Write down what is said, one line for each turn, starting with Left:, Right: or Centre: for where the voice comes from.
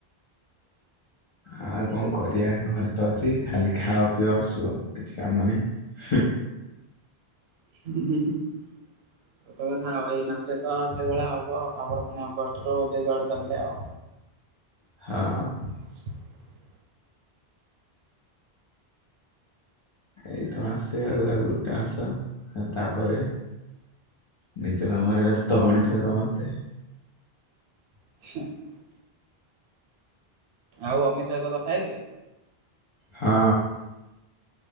Left: ଆଉ
Right: ମୁଁ କହିଲି
Left: କଂ
Right: ଏବେ
Left: କରିବା
Right: କରୁଛନ୍ତି କଣ?
Left: ଘରେ ତ ଅଛି ଖାଲି ଖାଅ ପିଅ ଶୁଅ କିଛି କାମ ନାହିଁ ହୁଁ।
Right: <inaudible> ସତ କଥା ଆଉ ଏଇ ମାସେ ତ ସେଇଭଳିଆ ହେବ ତାପରେ ପୁଣି ଅଗଷ୍ଟରୁ ଯେ ଯୁଆଡ଼େ ଚାଲିଲେ ଆଉ।
Left: ହଁ।
Right: <inaudible>
Left: ଏଇତ ମାସେ ଆଉ ଆଉ ଗୋଟେ ମାସ ଆଉ ତାପରେ ନିଜ କାମରେ ବ୍ୟସ୍ତ
Right: ହଁ
Left: ପୁଣି ଥରେ ସମସ୍ତେ।
Right: <inaudible> ଆଉ ଅମିତ ସହିତ କଥା ହେଇଥିଲେ।
Left: ହଁ।